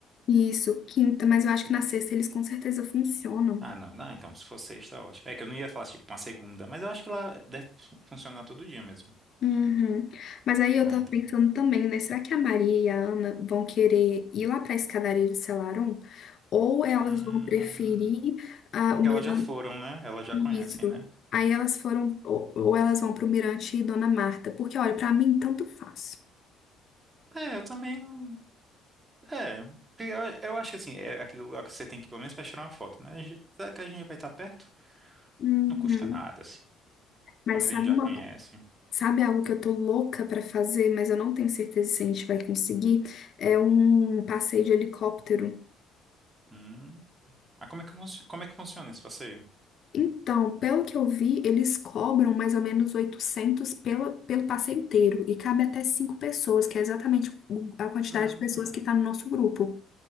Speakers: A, on the left; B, on the right.
A: Isso, quinta, mas eu acho que na sexta eles com certeza funcionam.
B: Ah, não, não, então se for sexta, ótimo. É que eu não ia falar tipo uma segunda, mas eu acho que lá deve fun- funcionar todo dia mesmo.
A: Uhum. Mas aí eu
B: Ah,
A: tava
B: então.
A: pensando também, né? Será que a Maria e a Ana vão querer ir lá pra escadaria de Selarón? Ou elas
B: Hum...
A: vão preferir ah,
B: Porque
A: o Mirante?
B: elas já foram, né? Elas já
A: Isso.
B: conhecem, né?
A: Aí elas foram, ou, ou elas vão pro Mirante e Dona Marta. Porque, olha, pra mim, tanto faz.
B: É, eu também. É, porque eu, eu acho que assim, é aquele lugar que você tem que ir pelo menos pra tirar uma foto, né? A gen- Será que a gente vai estar perto?
A: Uhum.
B: Não custa nada, assim.
A: Mas
B: Pelo menos
A: sabe
B: a gente já
A: uma,
B: conhece.
A: co- sabe algo que eu tô louca pra fazer, mas eu não tenho certeza se a gente vai conseguir? É um passeio de helicóptero.
B: Hum. Ah, como é que, funci- como é que funciona esse passeio?
A: Então, pelo que eu vi, eles cobram mais ou menos 800 pela, pelo passeio inteiro e cabe até cinco pessoas, que é exatamente o- a quantidade
B: Hum,
A: de pessoas que está no nosso grupo.